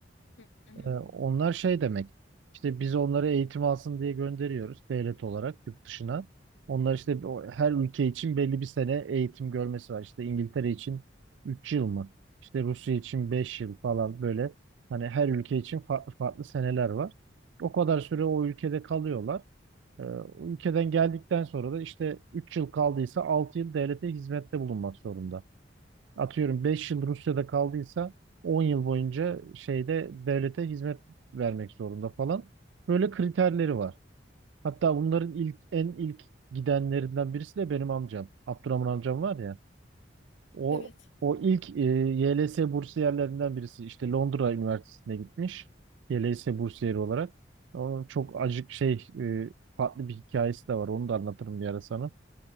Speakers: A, on the left; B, on the right.
A: Hı hı.
B: Ee, onlar şey demek. İşte biz onları eğitim alsın diye gönderiyoruz devlet olarak yurt dışına. Onlar işte o- her ülke için belli bir sene eğitim görmesi var. İşte İngiltere için 3 yıl mı? İşte Rusya için 5 yıl falan böyle. Hani her ülke için farklı farklı seneler var. O kadar süre o ülkede kalıyorlar. Ee, ülkeden geldikten sonra da işte 3 yıl kaldıysa 6 yıl devlete hizmette bulunmak zorunda. Atıyorum 5 yıl Rusya'da kaldıysa 10 yıl boyunca şeyde devlete hizmet vermek zorunda falan. Böyle kriterleri var. Hatta bunların ilk en ilk gidenlerinden birisi de benim amcam. Abdurrahman amcam var ya. O
A: Evet.
B: o ilk e, YLS bursiyerlerinden birisi işte Londra Üniversitesi'ne gitmiş. YLS bursiyeri olarak. Onun çok acık şey e, farklı bir hikayesi de var. Onu da anlatırım bir ara sana.